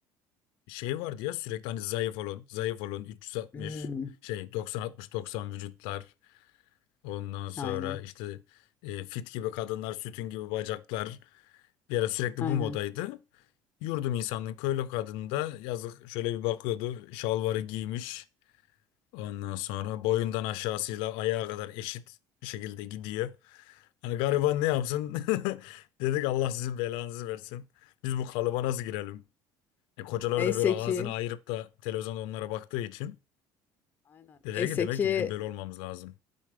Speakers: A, on the left (about 80°); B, on the left (about 20°).
A: e, şey vardı ya sürekli hani zayıf olun, zayıf olun 360
B: Hmm,
A: şey 90 60 90 vücutlar. Ondan sonra
B: aynen
A: işte e, fit gibi kadınlar, sütün gibi bacaklar bir ara sürekli
B: aynen.
A: bu modaydı. Yurdum insanın köylü kadını da yazık şöyle bir bakıyordu. Şalvarı giymiş. Ondan sonra boyundan aşağısıyla ayağa kadar eşit bir şekilde gidiyor. Hani gariban ne yapsın? <laughs> Dedik Allah sizin belanızı versin. Biz bu kalıba nasıl girelim? E, kocalar
B: Neyse
A: da böyle ağzını
B: ki
A: ayırıp da televizyonda onlara baktığı için
B: Aynen.
A: dediler
B: Neyse
A: ki demek
B: ki
A: ki bizim böyle olmamız lazım.